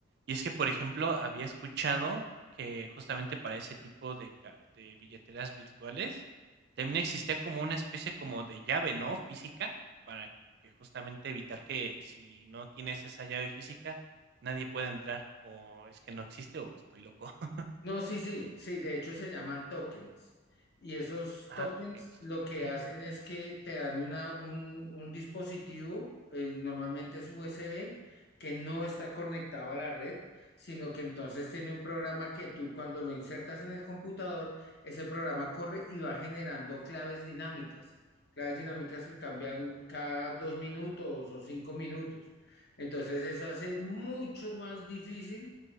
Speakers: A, on the right (about 50°); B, on the left (about 55°).
A: Y es que, por ejemplo, había escuchado que justamente para ese tipo de, ca- de billeteras virtuales también existía como una especie como de llave, ¿no? Física, para que justamente evitar que si no tienes esa llave física, nadie pueda entrar. O es que no existe o estoy loco. <laughs>
B: No, sí, sí, sí, de hecho se llaman tokens. Y esos
A: Ah,
B: tokens
A: tokens,
B: lo
A: ok.
B: que hacen es que te dan una, un, un dispositivo, eh, normalmente es USB, que no está conectado a la red, sino que entonces tiene un programa que tú cuando lo insertas en el computador, ese programa corre y va generando claves dinámicas, claves dinámicas que cambian cada dos minutos o cinco minutos. Entonces eso hace mucho más difícil